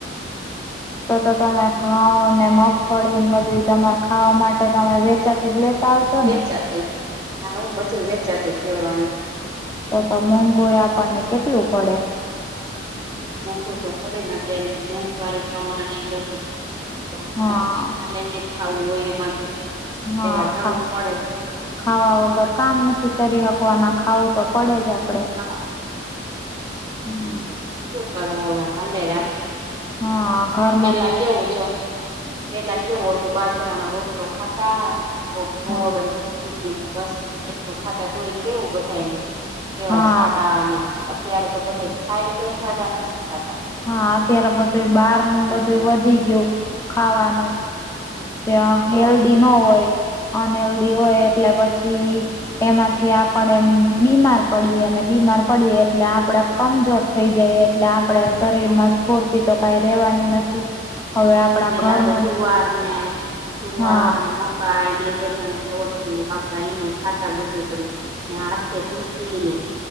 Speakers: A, on the right; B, on the left.
A: <inaudible>
B: તો તો તમે ઘઉં ને, મગફળી ને બધુય તમાર ખાવા માટે તમે વેચાતું જ લેતા હશો.
A: વેચાતું,
B: ને?
A: હા બધું વેચાતું જ લેવાનું.
B: તો તો મોંઘુંય આપણને કેટલું પડે.
A: મોઘું તો પડે ને અત્યારે મોંઘવારી પ્રમાણે એ તો એમાં
B: હા
A: તો કઈ હાલે ની ખાવું હોય એમાં તો.
B: હા
A: લેવા જવું
B: ખા
A: જ પડે
B: ખાવા વગર કામ નથી કરી હકવાના, ખાવું તો પડે જ આપડે.
A: હા
B: હમ્મ
A: હું કરવું હવે હાલે રાખીએ.
B: હા ઘ
A: પેલા કેવું ચ? પેલા કેવું ત બાજરા નો રોટલો ખાતા હા. ગોડ
B: હા
A: ને ઘી ઈ બસ એટલું ખાતા તુંય કેવું બધાયને કેવા
B: હા
A: જાડા અને અત્યારે તો બધાય ખાય તોઈ જાડા નથી થતા.
B: હા અત્યારે બધું બહાર નું બધુય
A: અત્યારે
B: વધી ગીયું ખાવાનું. જ્યા
A: તો
B: હેલ્દી ન હોય અનહેલ્ધી હોય એટલે પછી થી એમાંથી આપડ એમ બીમાર પડીએ ને બીમાર પડીએ એટલે
A: તો
B: આપડણેે કમજોર થઈ જઈ એટલે આપડણે શરીર
A: તો
B: માં સ્ફૂર્તિ તો કઈ રેવાની નથી હવે આપડા
A: પેલા
B: ઘરનું
A: તો જુવાર ને... જુવાર
B: હા
A: ને મ કાયને એ બધાના લોટ ને આવતા એનું ખાતા બધું પેલ ને હાથે પીસી ને